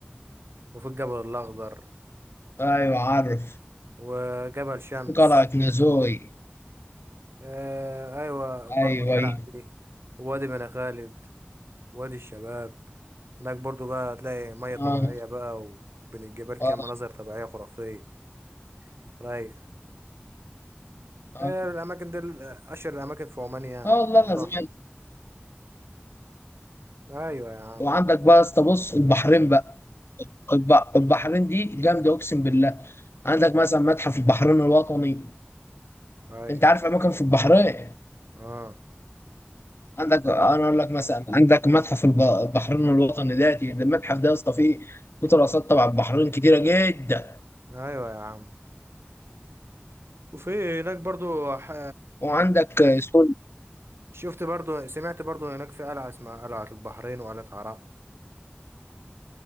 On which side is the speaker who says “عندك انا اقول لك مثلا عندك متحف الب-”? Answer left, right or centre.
Left